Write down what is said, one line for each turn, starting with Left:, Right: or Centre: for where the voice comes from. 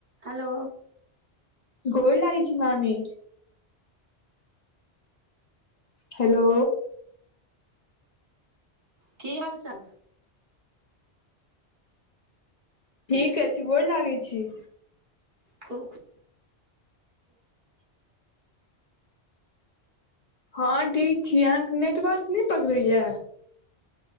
Right: Hello
Left: गोर लागै छी मामी। हेलो।
Right: की हाल-चाल।
Left: ठीके छी, गोर लागै छी।
Right: खूब खु
Left: हां ठीक छी, अहाँ के नेटवर्क नै पकड़े या।